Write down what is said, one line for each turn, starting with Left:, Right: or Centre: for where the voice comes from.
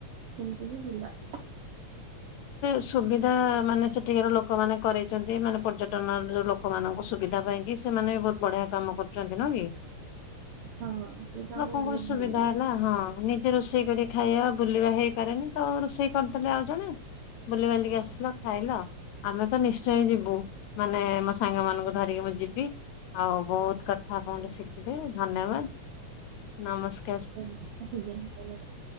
Right: ସେମ୍ତି ହିଁ ଥିଲା।
Left: ସୁବିଧା ମାନେ, ସେଠିକାର ଲୋକମାନେ କରେ ଚନ୍ତି, ମାନେ ପର୍ଯ୍ୟଟନ ଯଉ ଲୋକମାନଙ୍କୁ ସୁବିଧା ପାଇଁ କି ସେମାନେ ବହୁତ୍ ବଢିଆ କାମ କରୁଚନ୍ତି। ନୁହଁ କି?
Right: ହଁ! ସେଇଟା
Left: ଲୋକଙ୍କୁ
Right: ଆମୁକୁ ବହୁତ୍
Left: ବି ସୁବିଧା
Right: ଭଲ ଲାଗେ।
Left: ହେଲା ହଁ! ନିଜେ ରୁଷେଇ କରି ଖାଇବା ବୁଲିବା ହେଇପାରେନି, ତ ରୁଷେଇ କରିଦେଲେ ଆ ଜଣେ, ବୁଲିିବାଲିକି ଆସ୍‌ଲ ଖାଇଲ। ଆମେ ତ ନିଶ୍ଚୟେ ଯିବୁ, ମାନେ ମୋ ସାଙ୍ଗ ମାନଙ୍କୁ ଧରିକି ମୁଁ ଯିବି। ଆଉ ବହୁତ୍ କଥା ଆପଣଙ୍କଠୁ ଶିକ୍ଲି। ଧନ୍ୟବାଦ୍‌, ନମସ୍କାର!
Right: <inaudible>